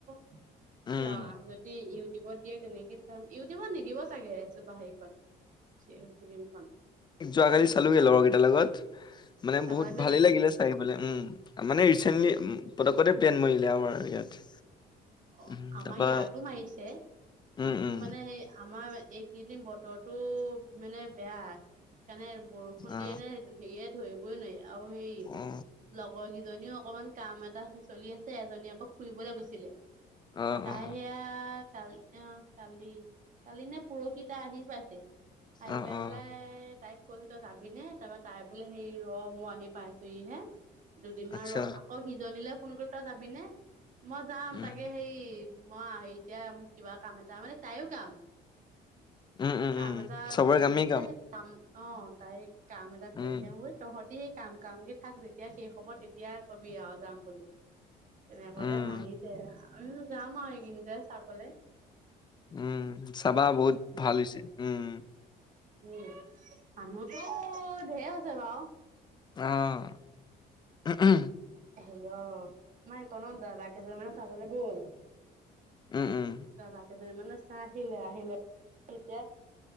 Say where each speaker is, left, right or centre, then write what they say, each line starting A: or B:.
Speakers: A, on the right; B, on the left.
A: কি
B: উম
A: যদি ইউটিউবত দিয়ে তেনেকে ইউটিউবত নিদিব চাগে ছোপা হেৰিখন ফিল্ম খন
B: যোৱাকালি চালো গ আৰু কেইটাৰ লগত মানে
A: চালাগৈ
B: বহুত ভালে
A: নেকি?
B: লাগিলে চাইলে উ মানে ৰিচেন্টলি। তে প্লেন মৰিলে আমাৰ ইয়াত
A: অ'
B: উম
A: আমাৰ
B: তাৰপা
A: ইয়াতো মাৰিছে কিন্তু
B: উম উম
A: মানে সেই আমাৰ এইকেইদিন বতৰটো মানে বেয়া কাৰণে বৰষুণ
B: অ
A: দিয়ে নে হেৰিয়ে ধৰিবই নোৱাৰি আৰু সেই
B: অ
A: লগৰ কি। ইজনীও অকমান কাম এটা চলি আছে এজনী আকৌ ফুৰিবলৈ গৈছিলে
B: অ
A: তাই
B: অ
A: সেয়া কালি অ কালি কালি নে পুৰহি তাই আহি পাইছে আহি
B: অ
A: পাই
B: অ
A: পেলাই তাইক কৈছো তই যাবিনে তাপা তাই বোলে সেই ৰ মই আহি পাইছো হি হে দুদিনমান
B: আচ্ছা
A: ৰ আকৌ সিজনীলৈ ফোন কৰিল তই যাবি নে মই যাম।
B: উম
A: তাকে হেই মই এতিয়া মোক কিবা কাম এটা মানে তাইও কাম
B: উম উম
A: কাম
B: উম
A: এটা
B: চবৰে
A: চলি
B: কামেই
A: আছে কাম অ তাই কাম এটা কৰিহে
B: উম
A: মোৰ তহঁতি কাম কাম কে থাক যেতিয়া শেষ হ'ব তেতিয়া কবি আও যাম বুলি তেনে কওতে
B: উম
A: হাঁহি আমি যাম আৰু এইকিন চাবলৈ
B: উম চাবা বহুত ভাল হৈছে উম
A: উ মানুহটো ঢেৰ হৈছে বাৰও
B: অহ
A: হে অ আমাৰ এই কণত দাদা কেইজন মানে চাবলে গ'ল
B: উম উম
A: দাদা মানে চাই আহিলে আহিলে এতিয়া